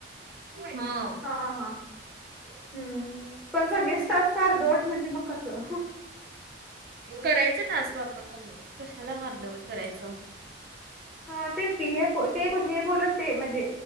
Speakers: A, on the right; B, in the centre.
A: हा
B: हा हा हम् पणचा गेस्टच कारधोट म्हणजे मग कसं
A: करायचं टास्क आपण कशाला अर्धवर करायचं
B: ह तेच की हे ते हे बोलत ते म्हणजे